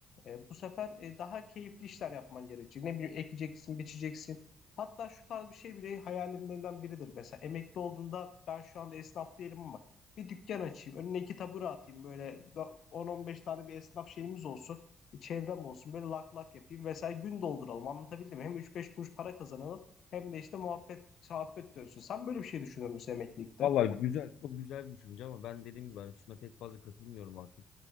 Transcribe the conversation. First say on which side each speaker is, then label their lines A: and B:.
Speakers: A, on the left; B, on the left.
A: E, bu sefer e, daha keyifli işler yapman gerekecek. Ne bileyim ekeceksin, biçeceksin. Hatta şu tarz bir şey bile hayalimlerinden biridir. Mesela emekli olduğunda ben şu anda esnaf değilim ama bir dükkan açayım. Önüne iki tabure atayım. Böyle da- 10-15 tane bir esnaf şeyimiz olsun. Bir çevrem olsun. Böyle lak lak yapayım. Mesela gün dolduralım. Anlatabildim mi? Hem 3-5 kuruş para kazanalım hem de işte muhabbet, sohbet dönsün. Sen böyle bir şey düşünür müsün emeklilikte?
B: Vallahi güzel, çok güzel bir düşünce ama ben dediğim gibi hani şuna pek fazla katılmıyorum artık.